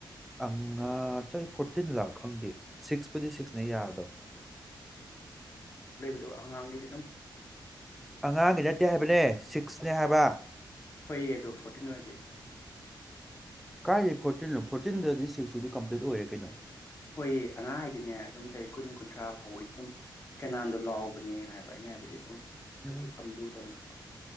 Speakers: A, in the centre; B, on the left.
A: ꯑꯪꯉꯥ ꯆꯍꯤ ꯐꯣꯔꯇꯤꯟ ꯂꯥꯛ ꯈꯪꯗꯦ ꯁꯤꯛꯁꯄꯨꯗꯤ ꯁꯤꯛꯁꯅꯦ ꯌꯥꯗꯣ
B: ꯇ ꯑꯉꯥꯡꯒꯤꯗꯤ ꯑꯗꯨꯝ
A: ꯑꯉꯥꯡꯒꯤ ꯅꯠꯇꯦ ꯍꯥꯏꯕꯅꯦ ꯁꯤꯛꯁꯅꯦ ꯍꯥꯏꯕ
B: ꯍꯣꯏꯌꯦ ꯑꯗꯣ ꯐꯣꯔꯇꯤꯟ ꯑꯣꯢꯗꯤ
A: ꯀꯥꯏꯗꯩ ꯐꯣꯔꯇꯤꯟꯅꯣ ꯐꯣꯔꯇꯤꯟꯗꯗꯤ ꯁꯤꯛꯁꯇꯨꯗꯤ ꯀꯝꯄ꯭ꯂꯤꯠ ꯑꯣꯏꯔꯦ ꯀꯩꯅꯣ
B: ꯍꯣꯏꯌꯦ ꯑꯉꯥꯡ ꯍꯥꯏꯗꯤꯅꯦ ꯑꯗꯨꯝ ꯆꯍꯤ ꯀꯨꯟ ꯀꯨꯟꯊ꯭ꯔꯥ ꯐꯥꯎꯒꯤ ꯑꯗꯨꯝ ꯀꯅꯥꯝꯗꯣ ꯂꯥꯎꯕꯅꯦ ꯍꯥꯏꯕ ꯑꯩꯅ ꯍꯥꯏꯕꯗꯤ ꯑꯗꯨꯝ
A: ꯎꯝ
B: ꯀꯩꯁꯨ ꯌꯥꯝ ꯂꯨꯗꯕꯅꯦꯕ